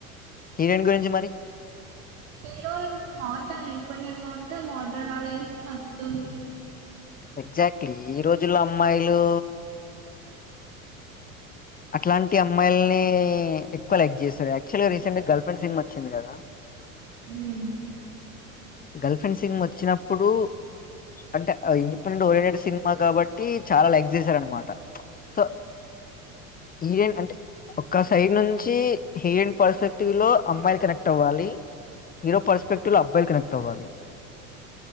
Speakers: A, on the left; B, on the right.
A: హీరెన్ గురించి మరి
B: హీరోయిన్ స్మార్ట్ అండ్ ఇండిపెండెంట్ గా ఉంటే మోడ్రన్ ఆడియన్స్ కి నచ్చుతుంది
A: ఎగ్జాక్ట్లీ ఈ రోజుల్లో అమ్మాయిలు అట్లాంటి అమ్మాయిల్ని ఎక్కువ లైక్ చేశారు యాక్చువల్గా రీసెంట్ గా గర్ల్ ఫ్రెండ్ సినిమా వచ్చింది కదా
B: మ్
A: గర్ల్ ఫ్రెండ్ సినిమ వచ్చినప్పుడు అంటే ఇండిపెండెంట్ ఓరియంటెడ్ సినిమా కాబట్టి చాలా లైక్ చేసారు అనమాట సో ఈరేన్ అంటే ఒక్క సైడ్ నుంచి హీరోయిన్ పర్స్పెక్టివ్ లో అమ్మాయిలు కనెక్ట్ అవ్వాలి హీరో పర్స్పెక్టివ్ లో అబ్బాయిలు కనెక్ట్ అవ్వాలి